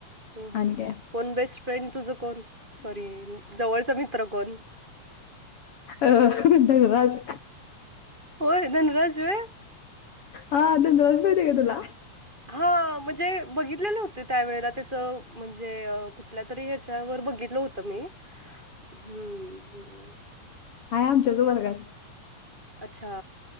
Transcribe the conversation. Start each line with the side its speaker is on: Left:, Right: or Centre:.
Right: ह
Left: आणि काय
Right: कोण बेस्ट फ्रेंड तुझ कोण सॉरी जवळचा मित्र कोण
Left: अ राजज
Right: होय धन राजज आहे
Left: हातासते का तुला
Right: हा म्हणजे बघितलेले होते त्यावेेळेला त्याच म्हणजे कु कुठल्या तरी हच्यावर बघितलं होत मी हम्
Left: हय आमच्याच वर्गात
Right: अच्छा